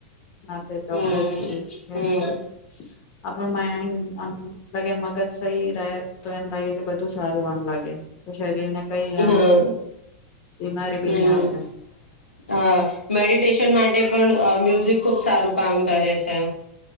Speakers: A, on the left; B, on the left.
A: ના ડોક્ટરી
B: હમ
A: ક
B: હમ
A: થોડો રમાયા આમ લગે મગજ સહી રહે તો એમ લાગે કે બધું ું સારું આન લાગે તો શરીરને કઈ આમ
B: હા
A: બીમારી
B: હમ
A: બી નહી આવે એમ
B: હા મેડિટેશન માટે પણ મ્યુઝિક ખુબ સારું કામ કરે છે